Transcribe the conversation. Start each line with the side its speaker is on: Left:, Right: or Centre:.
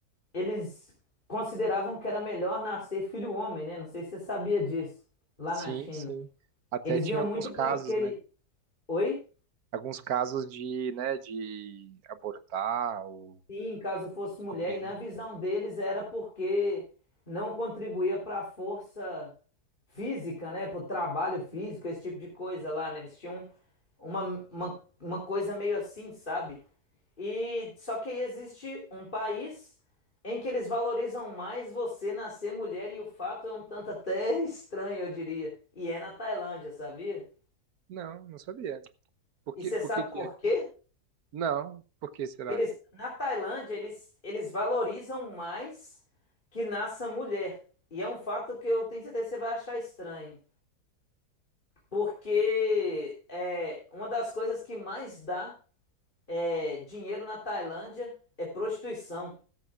Left: eles consideravam que era melhor nascer filho homem, né? Não sei se você sabia disso, lá
Right: Sim,
Left: na China.
Right: sim. Até
Left: Eles
Right: tinha
Left: viam
Right: alguns
Left: muito
Right: casos,
Left: por aquele.
Right: né?
Left: Oi?
Right: Alguns casos de, né, de abortar ou
Left: Sim, caso fosse
Right: descobrindo.
Left: mulher, e na visão deles era porque não contribuía para a força física, né? Para o trabalho físico, esse tipo de coisa lá, né? Eles tinham uma, uma, uma coisa meio assim, sabe? E só que aí existe um país em que eles valorizam mais você nascer mulher, e o fato é um tanto até <laughs> estranho, eu diria. E é na Tailândia, sabia?
Right: Não, não sabia. Por
Left: E
Right: que,
Left: você
Right: por
Left: sabe
Right: que que
Left: por
Right: é?
Left: quê?
Right: Não, por que será?
Left: Eles, na Tailândia, eles, eles valorizam mais que nasça mulher. E é um fato que eu tenho certeza que você vai achar estranho. Porque é, uma das coisas que mais dá é, dinheiro na Tailândia é prostituição.